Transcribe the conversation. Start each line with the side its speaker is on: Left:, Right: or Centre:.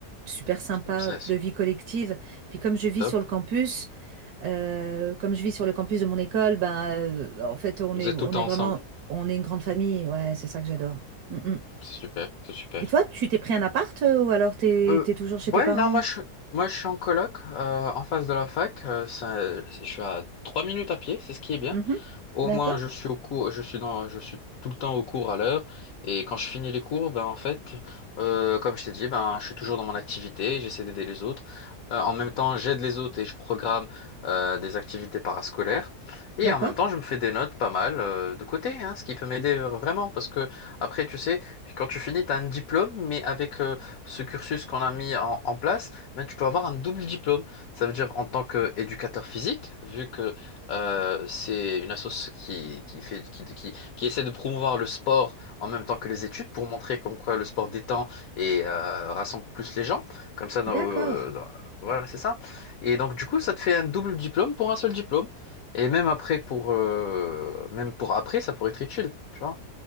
Right: super sympa
Left: C'est c'est
Right: de vie collective. Puis comme je vis
Left: top.
Right: sur le campus, euh, comme je vis sur le campus de mon école, ben euh, en fait on
Left: Vous
Right: est,
Left: êtes
Right: on
Left: tout le temps
Right: est vraiment,
Left: ensemble.
Right: on est une grande famille. Ouais, c'est ça que j'adore. Mm, mm.
Left: C'est super. C'est super.
Right: Et toi, tu t'es pris un appart euh, ou alors t'es,
Left: Euh,
Right: t'es toujours chez
Left: ouais,
Right: tes parents?
Left: non, moi, je, moi, je suis en coloc, euh, en face de la fac. Euh, ça- je suis à trois minutes à pied. C'est ce qui est bien.
Right: Mhm.
Left: Au
Right: D'accord,
Left: moins, je suis au cours, je suis dans, je suis tout le temps au cours à l'heure. Et quand je finis les cours, ben en fait, euh, comme je t'ai dit, ben je suis toujours dans mon activité, j'essaie d'aider les autres. Euh, en même temps, j'aide les autres et je programme euh, des activités parascolaires. Et
Right: d'accord,
Left: en même temps, je me fais des notes pas mal euh, de côté, hein, ce qui peut m'aider euh, vraiment. Parce que après, tu sais, quand tu finis, tu as un diplôme, mais avec euh, ce cursus qu'on a mis en, en place, ben, tu peux avoir un double diplôme. Ça veut dire en tant qu'éducateur physique, vu que euh, c'est une asso qui, qui fait, qui, qui, qui essaie de promouvoir le sport en même temps que les études pour montrer comme quoi le sport détend et euh, rassemble plus les gens. Comme ça, dans-
Right: d'accord.
Left: euh, dans- voilà, c'est ça. Et donc, du coup, ça te fait un double diplôme pour un seul diplôme. Et même après, pour, euh, même pour après, ça pourrait être utile, tu vois.